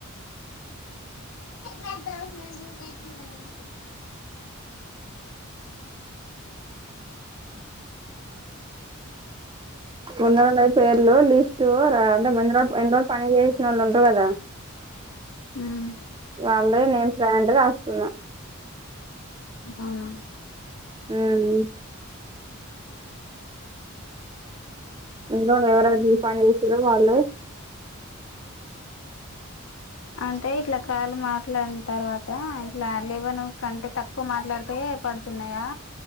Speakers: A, on the left (about 70°); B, on the right (about 20°).
A: ద్ద మ ఎడి అ
B: ముందరు ఉన్నది పేర్లు లిస్టు అంటే ము ఎన్ని రోజు పని చేసిన వాళ్ళు ఉ ప్పు కదా
A: ఉమ్
B: వాలు నిమ్స్ రాంటే రాస్తున్నా.
A: అవున
B: మ్మ్ ఇంలో ఎవరది పని చేసారు వాళ్ళు
A: అంటే ఇట్లా కాలు మాట్లాడిన తర్వాత ఇట్లా లేవన్ కంటే తక్కువ మాట్లాడితే పడుతున్నాయా